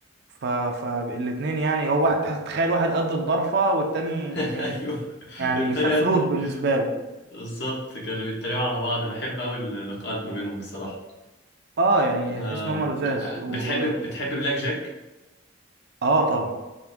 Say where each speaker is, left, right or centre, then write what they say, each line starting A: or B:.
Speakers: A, on the right; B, on the left.
A: ف فالاتنين يعني هو واحد تخيل واحد قد الضرفه والتاني
B: <laughs> ايوه
A: يعني
B: التريقه
A: سفروت
B: دي.
A: بالنسبه له
B: بالظبط كانوا بيتريقوا على بعض بحب قوي اللقاءات ما بينهم بصراحه
A: اه يعني
B: آم،
A: تحس ان هم لزاز و
B: بتحب بتحب بلاك جاك
A: اه طبعا